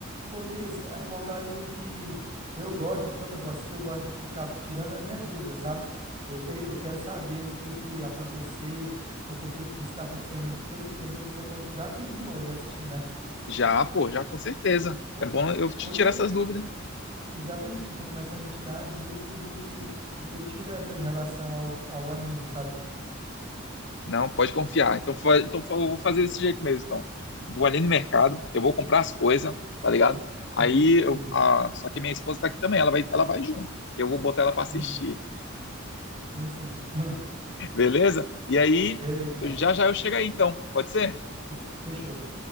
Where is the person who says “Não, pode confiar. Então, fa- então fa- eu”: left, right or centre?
Left